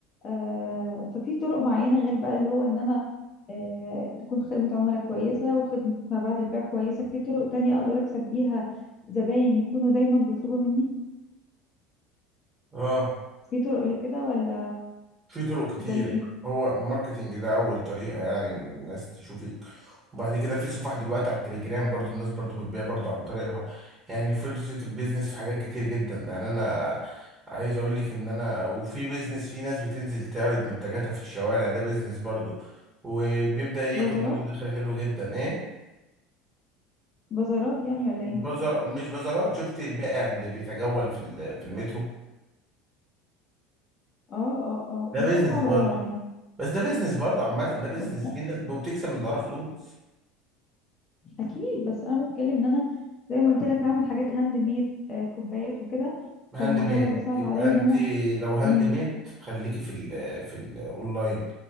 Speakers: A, on the left; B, on the right.
A: آه، ففي طرق معينة غير بقى اللي هو ان انا آه، تكون خدمة عملاء كويسة وخدمة ما بعد البيع كويسة في طرق تانية اقدر اكسب بيها زباين يكونوا دايما بيطلبوا مني
B: اه
A: في طرق لكده ولا
B: في طرق كتير
A: زي ايه
B: هو الماركتينج ده اول طريقه يعني إن الناس تشوفك وبعد كده في صفح دلوقتي على التليجرام برضو الناس برضو بتبيع برضو عن طريقها يعني فرصة البيزنس في حاجات كتير جدا يعني انا عايز اقول لك ان انا وفي بيزنس في ناس بتنزل تعرض منتجاتها في الشوارع ده بيزنس برضو وبيبدأ ياخد
A: بازارات
B: منه دخل حلو جدا ايه
A: بازارات يعني ولا ايه
B: بزر مش بازارات شفت البائع اللي بيتجول في ال- في المترو
A: اه اه اه
B: ده
A: بس
B: بيزنس
A: ده صعب
B: برضو
A: قوي عليا
B: بس ده بيزنس برضو عامة ده بيزنس
A: بس
B: في ناس وبتكسب من وراه فلوس
A: اكيد بس انا بتكلم ان انا زي ما قلت لك هعمل حاجات هاند ميد آه كوبايات وكده
B: هاند
A: فالموضوع
B: ميد
A: هيبقى صعب
B: يبقى
A: عليا
B: انت
A: ان انا
B: لو هاند
A: امم
B: ميد خليكي في ال في الاونلاين